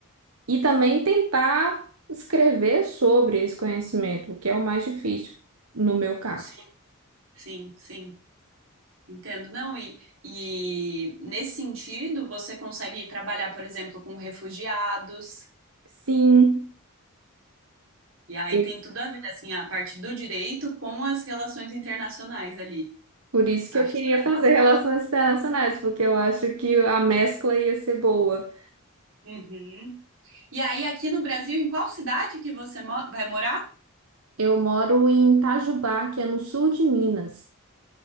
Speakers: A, on the right; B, on the right.
A: e também tentar escrever sobre esse conhecimento, o que é o mais difícil no meu caso.
B: Sim, sim, sim. Entendo. Não, e, e nesse sentido, você consegue trabalhar, por exemplo, com refugiados.
A: Sim.
B: E aí
A: eu
B: tem tudo a ver, assim, a parte do direito com as relações internacionais ali.
A: por isso
B: Acho
A: que eu queria
B: que você
A: fazer
B: vai gostar.
A: <laughs> relações internacionais, porque eu acho que a mescla ia ser boa.
B: Uhum. E aí, aqui no Brasil, em qual cidade que você mo- vai morar?
A: Eu moro em Itajubá, que é no sul de Minas.